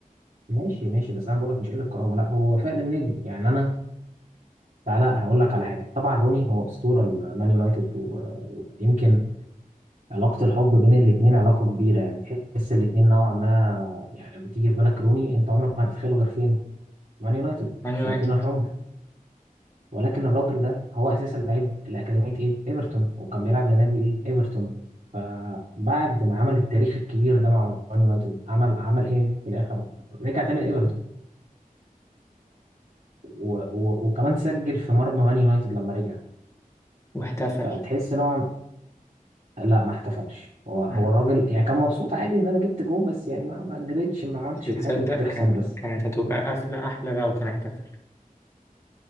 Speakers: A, on the right; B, on the left.
A: ماشي ماشي بس أنا بقولك مش قلة كرامة لا هو وفاء للنادي يعني أنا تعالى هقول لك على حاجه طبعا روني هو اسطوره المان يونايتد و- ويمكن علاقه الحب بين الاثنين علاقه كبيره يعني تحس الاثنين نوعا ما يعني لما تيجي في بالك روني انت عمرك ما هتتخيله غير فين مان يونايتد
B: مان
A: الشياطين
B: يونايتد
A: الحمر ولكن الراجل ده هو اساسا لعيب لاكاديميه ايه ايفرتون وكان بيلعب لنادي ايه ايفرتون فبعد ما عمل التاريخ الكبير ده مع مان يونايتد عمل عمل ايه في الاخر رجع تاني لايفرتون و- و- وكمان سجل في مرمى مان يونايتد لما رجع
B: واحتفل
A: فتحس نوعا لا ما احتفلش هو هو
B: مم.
A: الراجل يعني كان مبسوط عادي ان انا جبت جول بس يعني ما ما جريتش ما عملتش
B: بس
A: الحاجات
B: تصدق
A: اللي بتحصل
B: كان
A: بس
B: كانت هتبقى قفلة أحلى لو كان احتفل